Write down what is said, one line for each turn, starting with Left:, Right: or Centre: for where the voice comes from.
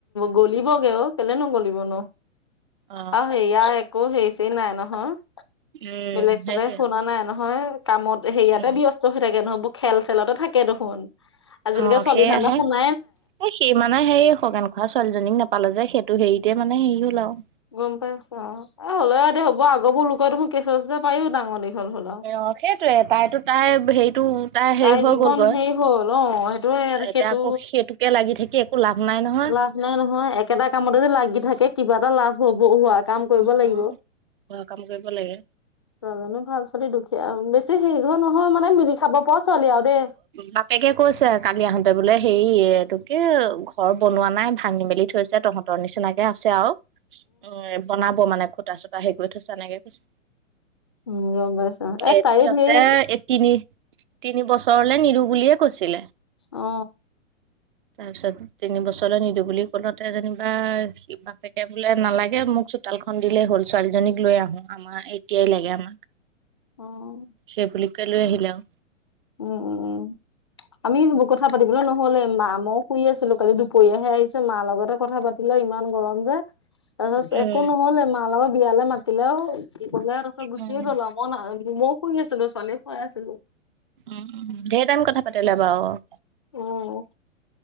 Left: গ'লিবগে অ', কেলে নগ'লিবনো।
Right: অ
Left: আৰু সেইয়া একো হেৰি চেৰি নাই নহয়।
Right: উম
Left: বেলেগ চেলেগ
Right: সেইটোৱে
Left: শুনা নাই ন হয়, কামত হেৰিয়াতে
Right: উম
Left: ব্যস্ত হৈ থাকে নহয় এবোৰ খেল চেলতে থাকে দেখোন। আজিলৈকে
Right: অ
Left: ছোৱালী
Right: সেয়াহে
Left: ধান্দা শুনা
Right: এ, সি মানে সেই খগেন খুৰা ছোৱালীজনীক নাপালে যে সেইটো হেৰিতে মানে হেৰি হ'ল আৰু।
Left: গম পাইছোঁ আৰু। অ', হ'লেও দে হ'ব আগৰবোৰ লোকোৰ দেখোন কেঁচুৱা চেচুৱা <unintelligible> ডাঙৰ দীঘল হ'ল আৰু
Right: অ', সেইটোয়ে তাইতো তাই হেৰি
Left: তাই
Right: হৈ
Left: জীৱন
Right: গ'লগৈ
Left: হেৰি হ'ল অ', সেইটোৱে,
Right: এতিয়া
Left: সেইটো
Right: আকৌ সেইটোকে লাগি থাকি একো লাভ নাই নহয়।
Left: লাভ নাই নহয়, একেটা কামত যে লাগি থাকে কিবা এটা লাভ হ'ব হোৱা কাম কৰিব
Right: অ'।
Left: লাগিব,
Right: ঘৰৰ কাম কৰিব লাগে।
Left: ছোৱালীজনীও ভাল ছোৱালী দুখীয়া বে <unintelligible> নহয় মানে মিলি খাব পৰা ছোৱালী আৰু দেই।
Right: বাপেকে কৈছে কালি আহোঁতে বোলে হেৰি <unintelligible> টোকে ঘৰ বনোৱা নাই ভাঙি মেলি থৈছে তহঁত তৰ নিচিনাকে আছে আৰু উম, বনাব মানে খুঁটা চুটা হেৰি কৰি থৈছে এনেকে কৈছে।
Left: উম গম পাইছো
Right: এ,
Left: তাইও
Right: সিঁহতে
Left: ধেৰ
Right: এই তিনি- তিনি বছৰ লে নিদিওঁ বুলিয়ে কৈছিলে।
Left: অ
Right: তাৰপিছত তিনবছৰলে নিদিওঁ বুলি ক'লতে যেনিবা বাপেকে বোলে নালাগে মোক চোতাল খন দিলেই হ'ল ছোৱালীজনীক লৈ আহো আমাৰ এতিয়াই লাগে আমাক।
Left: উম
Right: সেইবুলি কয় লৈ আহিলে আৰু।
Left: উম, উম, উম। আমি কথা পাতিবলৈ নহ'লে মা মই শুই আছিলোঁ কালি দুপৰীয়াহে আহিছে, মাৰ লগতে কথা পাতি ইমান গৰম যে, তাৰপাছ
Right: উম।
Left: একো নহ'লে মা লগত বিয়ালে মাতিলে আৰু দুপৰীয়া তাপাছত গুচিয়ে
Right: উম।
Left: গ'ল আৰু মই ন মইও শুই আছিলোঁ, ছোৱালীক শুৱাই আছিলোঁ।
Right: উম, ধেৰ টাইম কথা পাতিলে বাৰু। <inaudible>
Left: অ